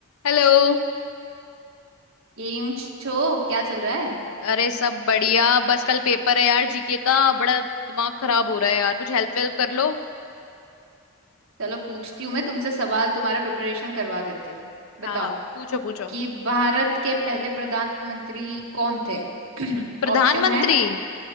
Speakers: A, on the left; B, on the right.
A: Hello
B: M छो क्या चल रहा है
A: अरे सब बढ़िया बस कल पेपर है यार जीके का बड़ा दिमाग खराब हो रहा है यार कुछ हेल्प वेल्प कर लो
B: चलो पूछती हूँ मैं तुमसे सवाल तुम्हारा प्रिपरेशन करवा देती हूँ बताओ
A: हाँ हाँ पूछो पूछो
B: कि भारत के पहले प्रधानमंत्री कौन थे <clears throat>
A: प्रधानमंत्री
B: ऑप्शन है